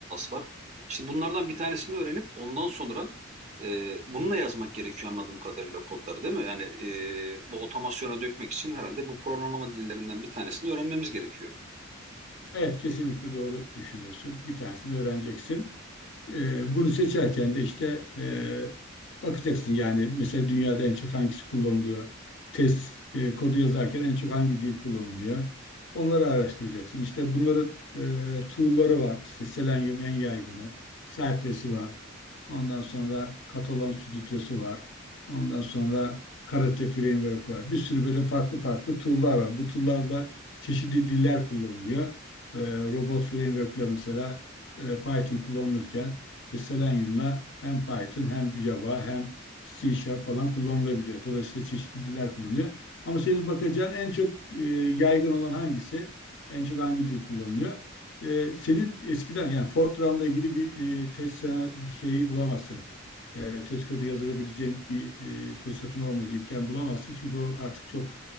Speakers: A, on the right; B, on the left.
A: var. Şimdi bunlardan bir tanesini öğrenip ondan sonra e, bununla yazmak gerekiyor anladığım kadarıyla kodları değil mi? Yani e, bu otomasyona dökmek için herhalde bu programlama dillerinden bir tanesini öğrenmemiz gerekiyor.
B: evet kesinlikle doğru düşünüyorsun. Bir tanesini öğreneceksin. E, bunu seçerken de işte e, bakacaksın yani mesela dünyada en çok hangisi kullanılıyor? Test e, kodu yazarken en çok hangi dil kullanılıyor? Onları araştıracaksın. İşte bunların e, tool'ları var. İşte Selenium en yaygını, Cypress'i var. Ondan sonra Catalan Stüdyosu var. Ondan sonra Karate Framework var. Bir sürü böyle farklı farklı tool'lar var. Bu tool'larla çeşitli diller kullanılıyor. E, robot framework'le mesela e, Python kullanılırken işte Selenium'la hem Python hem Java hem C Sharp falan kullanılabiliyor. Dolayısıyla çeşitli diller kullanılıyor. Ama senin bakacağın en çok e, yaygın olan hangisi? En çok hangi dil kullanılıyor? E, senin eskiden yani Fortran'la ilgili bir e, test sana şeyi bulamazsın. E, test kodu yazabileceğim bir e, fırsatın olmaz, imkan bulamazsın. Çünkü o artık çok